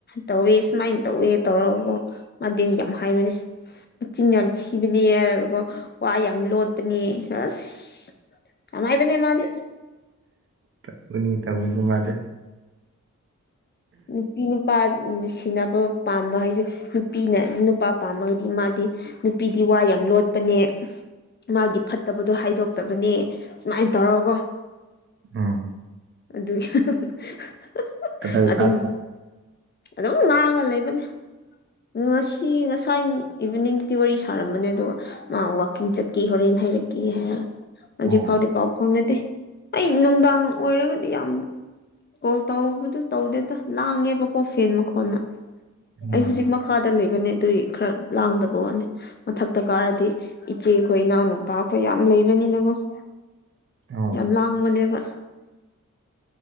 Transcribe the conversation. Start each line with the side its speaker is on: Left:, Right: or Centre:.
Left: ꯇꯧꯋꯦ ꯁꯨꯃꯥꯏꯅ ꯇꯧꯋꯦ ꯇꯧꯔꯒꯀꯣ ꯃꯥꯗꯤ ꯌꯥꯝ ꯍꯥꯏꯕꯅꯦ ꯆꯤꯡꯅꯝ <unintelligible> ꯋꯥ ꯌꯥꯝ ꯂꯣꯠꯄꯅꯤ ꯑꯁ ꯌꯥꯝ ꯍꯥꯏꯕꯅꯦ ꯃꯥꯗꯤ
Right: ꯇꯒꯅꯤ ꯇꯧꯒꯅꯤ ꯃꯥꯗꯤ
Left: ꯎꯝ ꯅꯨꯄꯥ ꯅꯨꯡꯁꯤꯅꯕ ꯄꯥꯝꯕ ꯍꯥꯏꯁꯦ ꯅꯨꯄꯤꯅ ꯑꯗꯨ ꯅꯨꯄꯥ ꯄꯥꯝꯃꯒꯗꯤ ꯃꯥꯗꯤ ꯅꯨꯄꯤꯗꯤ ꯋꯥ ꯌꯥꯝ ꯂꯣꯠꯄꯅꯦ ꯃꯥꯒꯤ ꯐꯠꯇꯕꯗꯣ ꯍꯥꯏꯗꯣꯛꯇꯕꯅꯦ ꯁꯨꯃꯥꯏꯅ ꯇꯧꯔꯒꯣ
Right: ꯎꯝ
Left: ꯑꯗꯨ <unintelligible>
Right: ꯀꯗꯥꯏ
Left: ꯑꯗꯨꯝ
Right: ꯀꯥꯞꯄ
Left: ꯑꯗꯨꯝ ꯉꯥꯡꯉ ꯂꯩꯕꯅꯤ ꯉꯁꯤ ꯉꯁꯥꯏ ꯏꯚꯤꯅꯤꯡꯗꯨꯗꯤ ꯋꯥꯔꯤ ꯁꯥꯔꯝꯕꯅꯦ ꯑꯗꯨꯒ ꯃꯥ ꯋꯥꯋꯥꯛꯀꯤꯡ ꯆꯠꯈꯤ ꯍꯣꯔꯦꯟ ꯍꯥꯏꯔꯛꯀꯦ ꯍꯥꯏꯔ ꯍꯧꯖꯤꯛ
Right: ꯑꯣ
Left: ꯐꯥꯎꯗꯤ ꯄꯥꯎ ꯐꯥꯎꯅꯗꯦ ꯑꯩ ꯅꯨꯡꯗꯥꯡ ꯑꯣꯏꯔꯒꯗꯤ ꯌꯥꯝ ꯀꯣꯜ ꯇꯧꯕꯗꯨ ꯇꯧꯗꯦꯗ ꯂꯥꯡꯉꯦꯕꯀꯣ ꯐꯦꯟ ꯃꯈꯣꯟꯅ
Right: ꯎꯝ
Left: ꯑꯩ ꯍꯧꯖꯤꯛ ꯃꯈꯗ ꯂꯩꯕꯅꯦ ꯑꯗꯨꯏ ꯈꯔ ꯂꯥꯡꯗꯕ ꯋꯥꯅꯤ ꯃꯊꯛꯇ ꯀꯥꯔꯗꯤ ꯏꯆꯦꯈꯣꯏ ꯏꯅꯥꯎꯅꯨꯄꯥꯈꯣꯏ ꯌꯥꯝ ꯂꯩꯕꯅꯤꯅꯀꯣ
Right: ꯑꯣ
Left: ꯌꯥꯝ ꯂꯥꯡꯕꯅꯦꯕ